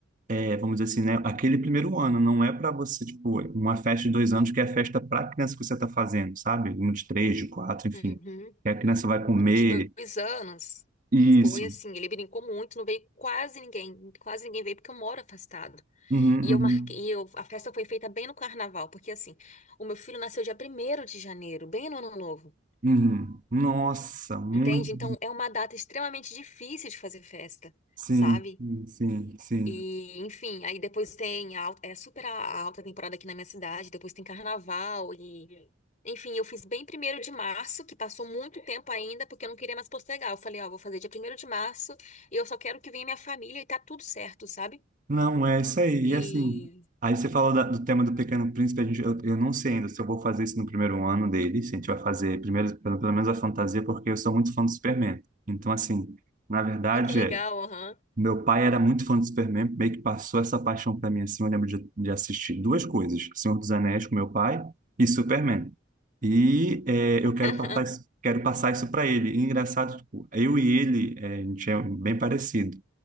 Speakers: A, on the right; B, on the left.
A: é, vamos dizer assim, né, aquele primeiro ano, não é para você, tipo, uma festa de dois anos que é a festa para criança que você está fazendo, sabe? Um de três, de quatro, enfim.
B: Uhum.
A: Que a criança vai comer.
B: Não, De dois anos.
A: Isso.
B: Foi assim, ele brincou muito, não veio quase ninguém, quase ninguém veio porque eu moro afastado.
A: Uhum,
B: E
A: uhum,
B: eu marquei, e eu, a festa foi feita bem no carnaval, porque assim, o meu filho nasceu dia primeiro de janeiro, bem no ano novo,
A: uhum. Nossa, muito.
B: entende? Então é uma data extremamente difícil de fazer festa,
A: Sim,
B: sabe?
A: sim, sim. sim.
B: E, enfim, aí depois tem a, al- é super a, a alta temporada aqui na minha cidade, depois tem carnaval e enfim, eu fiz bem primeiro de março, que passou muito tempo ainda, porque eu não queria mais postergar. Eu falei, ó, vou fazer dia primeiro de março, e eu só quero que venha minha família e tá tudo certo, sabe?
A: Não, é isso aí.
B: E
A: E assim, aí você falou da- do tema do Pequeno Príncipe, a gente, eu, eu não sei ainda se eu vou fazer isso no primeiro ano dele, se a gente vai fazer primeiro, pelo, pelo menos a fantasia, porque eu sou muito fã do Superman. Então, assim, na verdade,
B: ai, que legal,
A: é,
B: aham.
A: meu pai era muito fã do Superman, meio que passou essa paixão para mim, assim, eu lembro de, de assistir duas coisas, Senhor dos Anéis com meu pai e Superman. E é, eu quero
B: <laughs>
A: passar, isso- quero passar isso para ele. E engraçado, tipo, eu e ele, é, a gente é bem parecido.